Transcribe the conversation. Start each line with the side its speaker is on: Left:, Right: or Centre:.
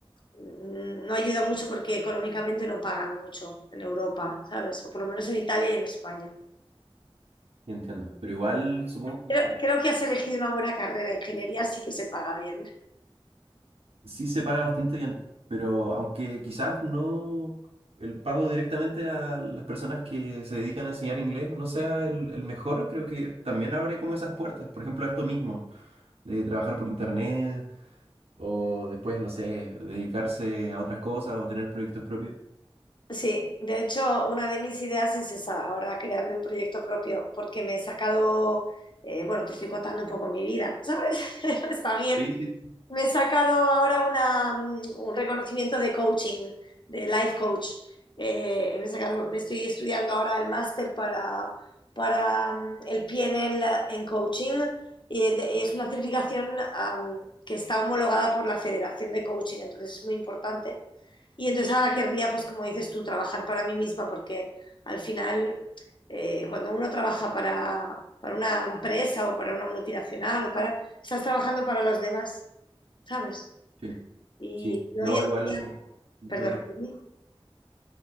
Left: mm, no ayuda mucho porque económicamente no pagan mucho en Europa, ¿sabes? O por lo menos en Italia y en España.
Right: sí entiendo. Pero igual supongo que
Left: Creo, creo que has elegido una buena carrera. Ingeniería sí que se paga bien.
Right: sí se paga bastante bien, pero aunque quizás no el pago directamente a las personas que se dedican a enseñar inglés no sea el, el mejor, creo que también abre como esas puertas. Por ejemplo, a esto mismo, de trabajar por internet o después, no sé, dedicarse a otras cosas o tener proyectos propios.
Left: Sí, de hecho, una de mis ideas es esa, ahora crearme un proyecto propio, porque me he sacado, eh, bueno, te estoy contando un poco mi vida, ¿sabes? <laughs> Está bien,
Right: Sí, sí.
Left: Me he sacado ahora una, mm, un reconocimiento de coaching, de life coach. Eh, me, he sacado- me estoy estudiando ahora el máster para, para mm, el PNL en coaching y de- es una certificación am, que está homologada por la Federación de Coaching, entonces es muy importante. Y entonces ahora querría, pues como dices tú, trabajar para mí misma porque al final eh, cuando uno trabaja para, para una empresa o para una multinacional o para... Estás trabajando para los demás. ¿sabes?
Right: Sí,
Left: Y
Right: sí. No,
Left: hoy en
Right: igual,
Left: día,
Right: mucho
Left: perdón,
Right: mejor.
Left: Sí.